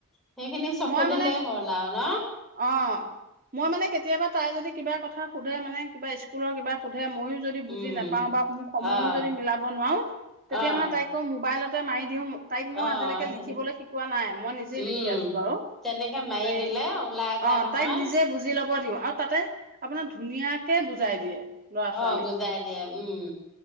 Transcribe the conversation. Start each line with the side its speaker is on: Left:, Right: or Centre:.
Centre: সেইখিনি চকু
Right: মই
Centre: দিলেই
Right: মানে
Centre: হল আও ন
Right: অ মই মানে কেতিয়াবা তাই যদি কিবা কথা সোধে মানে কিবা স্কুলৰ কিবা সুধ ধে ময়ো যদি বুজি
Centre: উম
Right: নাপাওঁ বা সময়ো
Centre: অ',
Right: যদি মিলাব নোৱাৰো
Centre: অ',
Right: তেতিয়া মানে তাইক কও মো মোৱাইলতে মাৰি দিওঁ তাইক
Centre: অ',
Right: মই আজিলৈকে
Centre: হেৰি
Right: লিখিবলৈ শিকোৱা নাই মই নিজে
Centre: উম,
Right: লিখি আছো বাৰু
Centre: তেনেকে মাৰি
Right: তাই,
Centre: দিলে ওলাই যায়
Right: অৱ
Centre: নহয়,
Right: তাইক নিজে বুজি ল'ব দিওঁ আৰু তাতে আপোনাৰ ধুনীয়াকে বুজাই দিয়ে। ল'ৰা ছোৱালী
Centre: অ বুজাই দিয়ে উম।